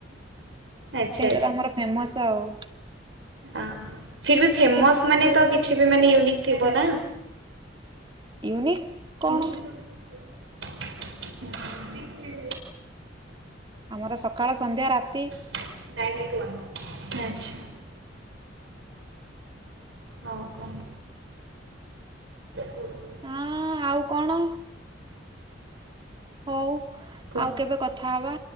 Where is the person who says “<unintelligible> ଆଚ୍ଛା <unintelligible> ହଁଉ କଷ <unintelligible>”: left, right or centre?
Right